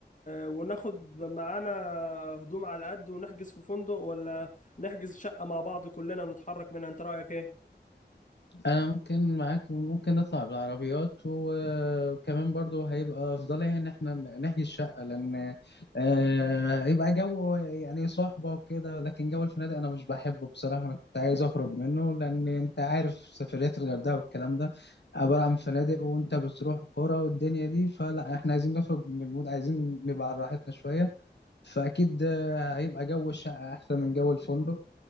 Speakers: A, on the left; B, on the left.
A: وناخد معانا هدوم على قد ونحجز في فندق ولا نحجز شقة مع بعض كلنا ونتحرك منها انت رأيك ايه؟
B: انا ممكن معاك ممكن نطلع بالعربيات و- وكمان برضو هيبقى افضليه ان احنا نحجز شقه لان آه، هيبقى جو يعني صحبه وكده لكن جو الفنادق انا مش بحبه بصراحه انا كنت عايز اخرج منه لان انت عارف سفريات الغردقه والكلام ده عباره عن فنادق وانت بتروح كوره والدنيا دي فلا احنا عايزين نخرج من المود عايزين نبقى على راحتنا شويه فاكيد آه، هيبقى جو الشقه احسن من جو الفندق